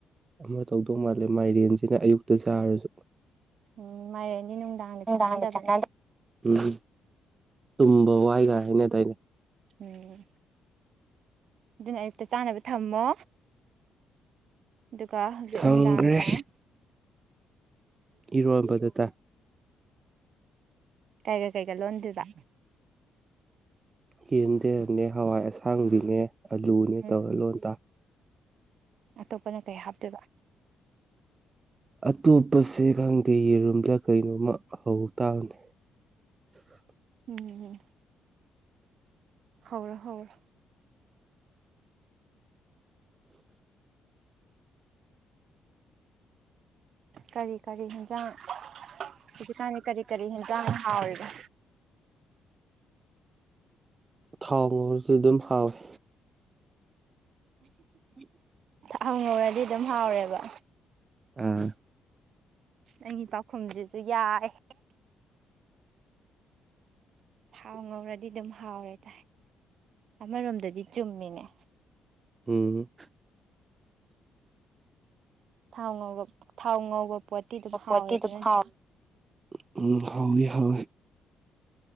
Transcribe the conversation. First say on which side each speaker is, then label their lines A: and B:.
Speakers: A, on the right; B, on the right.
A: ꯑꯃ ꯇꯧꯗꯧ ꯃꯥꯜꯂꯦ ꯃꯥꯏꯔꯦꯟꯁꯤꯅ ꯑꯌꯨꯛꯇ ꯆꯥꯔꯁꯨ
B: ꯎꯝ ꯃꯥꯏꯔꯦꯟꯗꯤ ꯅꯨꯡꯗꯥꯡꯗ
A: ꯅꯨꯡꯗꯥꯡꯒ
B: ꯆꯥꯟꯅꯗꯕꯅꯦ
A: ꯆꯥꯟꯅꯗꯦ ꯎꯝ ꯇꯨꯝꯕ ꯋꯥꯏꯒ ꯍꯥꯏꯅ ꯗꯥ
B: ꯎꯝ ꯑꯗꯨꯅ ꯑꯌꯨꯛꯇ ꯆꯥꯅꯕ ꯊꯝꯃꯣ ꯗꯨꯒ ꯍꯧꯖꯤꯛ
A: ꯊꯪꯈ꯭ꯔꯦ
B: ꯅꯨꯡꯗꯥꯡꯅꯥ
A: ꯏꯔꯣꯟꯕꯗ ꯇꯥ
B: ꯀꯩꯒ ꯀꯩꯀꯥ ꯂꯣꯟꯗꯣꯏꯕ
A: ꯌꯦꯟꯗꯥꯟꯅꯦ ꯍꯋꯥꯏ ꯑꯁꯥꯡꯕꯤꯅꯦ ꯑꯂꯨꯅꯦ
B: ꯎꯝ
A: ꯇꯧꯔ ꯂꯣꯟꯗ
B: ꯑꯇꯣꯞꯄꯅ ꯀꯩ ꯍꯥꯞꯇꯣꯏꯕ
A: ꯑꯇꯣꯞꯄꯁꯦ ꯈꯪꯗꯦ ꯌꯦꯔꯨꯝꯂꯥ ꯀꯩꯅꯣꯝꯃ ꯍꯧ ꯇꯥꯕꯅꯦ <inaudible>
B: ꯎꯝ ꯍꯧꯔꯣ ꯍꯧꯔꯣ ꯀꯔꯤ ꯀꯔꯤ ꯌꯦꯟꯖꯥꯡ ꯍꯨꯖꯤꯛꯀꯥꯟꯗꯤ ꯀꯔꯤ ꯀꯔꯤ ꯌꯦꯟꯖꯥꯡ ꯍꯥꯎꯔꯤꯒꯦ
A: ꯊꯥꯎ ꯉꯣꯔꯁꯨ ꯗꯨꯝ ꯍꯥꯎꯌꯦ <inaudible>
B: ꯍꯪꯉꯨꯔꯗꯤ ꯑꯗꯨꯝ ꯍꯥꯎꯔꯦꯕ
A: ꯑꯥ
B: ꯅꯪꯒꯤ ꯄꯥꯎꯈꯨꯝꯖꯤꯖꯨ ꯌꯥꯏꯍꯦ ꯊꯥꯎ ꯉꯧꯔꯗꯤ ꯑꯗꯨꯝ ꯍꯥꯎꯔꯦ ꯇꯥꯏ ꯑꯃꯔꯣꯝꯗꯗꯤ ꯆꯨꯝꯃꯤꯅꯦ
A: ꯎꯝ
B: ꯊꯥꯎ ꯉꯧꯕ ꯊꯥꯎ ꯉꯧꯕ ꯄꯣꯠꯇꯤ ꯑꯗꯨꯝ ꯍꯥꯎꯋꯦꯕ
A: ꯄꯣꯠꯇꯤ ꯑꯗꯨꯝ
B: ꯅꯠꯇ꯭ꯔꯥ
A: ꯍꯥꯎꯋꯦ ꯎꯝ ꯍꯥꯎꯅꯤ ꯍꯥꯎꯋꯦ